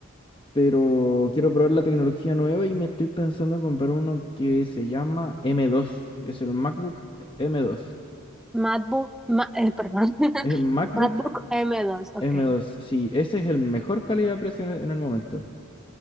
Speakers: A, on the left; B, in the centre.
A: pero quiero probar la tecnología nueva y me estoy pensando en comprar uno que se llama M2. Es el MacBook M2.
B: MacBook, ma- eh, perdón, <laughs>
A: Es el MacBook
B: MacBook m dos, ok,
A: M2. Sí, ese es el mejor calidad-precio en el en el momento.